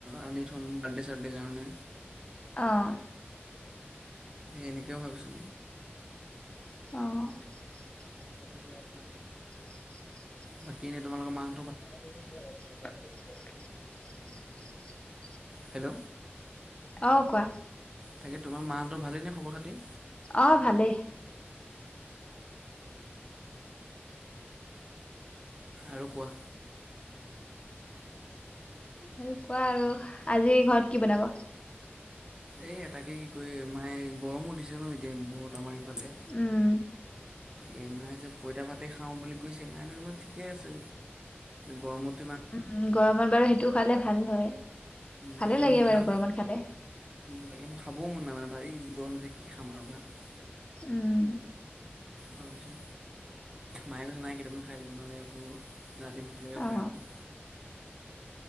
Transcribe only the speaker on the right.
আনি থ'ম বাৰ্থডে চাৰ্থডেৰ কাৰণে
এনেকেও ভাবিছো।
বাকী এনেই তোমালোকৰ মা
হেল্ল'।
তাকে তোমাৰ মাহতৰ ভালেই নে খবৰ খাতি?
আৰু কোৱা।
এই এটাকে কি কয় মায়ে গৰমো দিছে ন এতিয়া বহুত আমাৰ এইফালে।
এই মে যে পইতা ভাতে খাওঁ বুলি কৈছে মাই কৈছে ঠিকে আছে গৰমত।
তাক
ইমান
মছলা
তাকে মোৰ খাবও মন নাই মানে ভাৰি গৰমটো যে কি খাম আৰু ভাত।
ভাবিছোঁ মায়ে কৈছে নাই কেইটামান খাই দিবি নহ'লে আকৌ ৰাতি ভোক লাগিব
পাৰে ন।